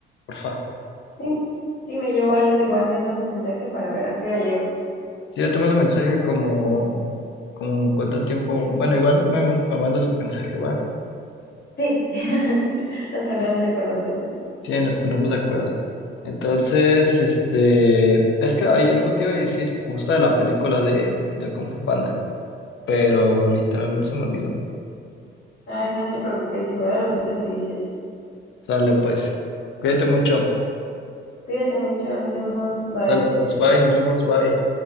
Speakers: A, on the left (about 70°); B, on the left (about 55°).
A: porfa.
B: Sí, sí, me llevo algo, igual me mandas mensaje para ver a qué hora llego.
A: Sí, yo te mando mensaje como, como en cuánto tiempo. Bueno, igual me, me mandas un mensaje, va.
B: Sí, <laughs> nos ponemos de acuerdo entonces.
A: Sí, nos ponemos de acuerdo. Entonces, este, es que hay algo te iba a decir justo de la película de, de Kung Fu Panda, pero literalmente se me olvidó.
B: Ay, no te preocupes, igual al ratito me dices.
A: Sale pues, cuídate mucho.
B: Cuídate mucho, nos vemos, bye.
A: Sale pues, bye, nos vemos, bye.